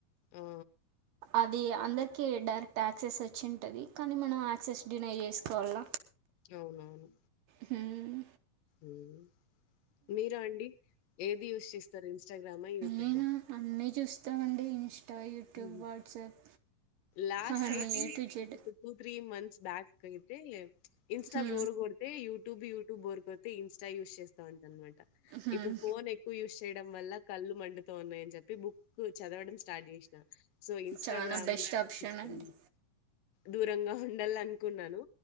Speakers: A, on the left; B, on the right.
A: మ్
B: అది అందరికీ డైరెక్ట్ యాక్సెస్ వచ్చి ఉంటది కానీ మనం యాక్సెస్ డినై చేసుకోవాల
A: అవునవును
B: హుమ్
A: మ్ మీరు అండి ఏది యూస్ చేస్తారు ఇన్స్టాగ్రామా యూట్యూబ
B: నేను అన్నీ చూస్తామండి ఇంస్టా యూట్యూబ్
A: హుహు.
B: వాట్సాప్
A: లాస్ట్
B: అన్నీ
A: I think
B: A to Z
A: two three months back అయితే ఇన్స్టా
B: హ్మ్.
A: బోర్ కొడితే యూట్యూబ్ యుట్యూబ్ బోర్ కొడితే ఇన్స్ న్స్టా యూస్ చేస్తంటి అనమాట
B: హ్మ్.
A: ఇప్పుడు ఫోన్ ఎక్కువ యూస్ చేయడం వల్ల కళ్ళు మండుతన్నాయ్ అని చెప్పి బుక్ క్కు చదవడం స్టార్ట్ చేసిన సో ఇన్స్టాగ్రామ్
B: చాలా బెస్ట్ ఆప్షన్
A: కొంచెం
B: అండి
A: దూరంగా ఉండాల అనుకున్నాను